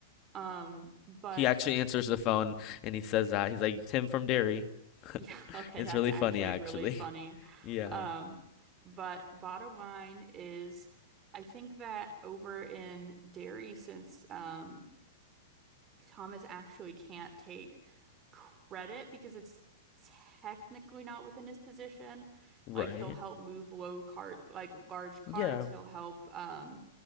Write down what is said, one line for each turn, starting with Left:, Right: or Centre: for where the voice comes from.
Right: Um, but
Left: He actually answers the phone and he says that he's like Tim from Derry.
Right: yeah, <laughs>
Left: <laughs>
Right: okay,
Left: It's
Right: that's
Left: really
Right: actually
Left: funny actually.
Right: really funny.
Left: <laughs> Yeah,
Right: Um, but bottom line is I think that over in dairy, since um Thomas actually can't take credit because it's technically not within his position.
Left: right.
Right: Like he'll help move low cart, like large carts.
Left: Yeah,
Right: He'll help, um,